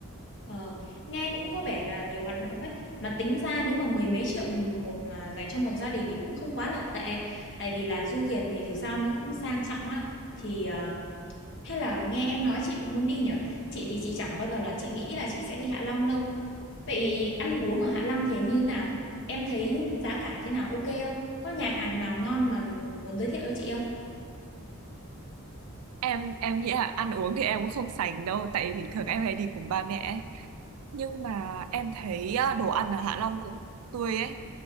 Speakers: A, on the left (about 55°); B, on the right (about 80°).
A: ờ, nghe cũng có vẻ là nhiều hoạt động ấy mà tính ra nếu mà mười mấy triệu một à, dành cho một gia đình thì cũng không quá là tệ tại vì là du thuyền thì dù sao nó cũng sang trọng á thì à, hay là nghe em nói chị cũng muốn đi nhở chị thì chị chẳng bao giờ là chị nghĩ là chị sẽ đi Hạ Long đâu vậy ăn uống ở Hạ Long thế như nào em thấy giá cả thế nào ok không có nhà hàng nào ngon mà muốn giới thiệu cho chị không
B: em em nghĩ là ăn uống thì em cũng không sành đâu tại vì bình thường em hay đi cùng ba mẹ ấy. nhưng mà em thấy à, đồ ăn ở Hạ Long cũng tươi ấy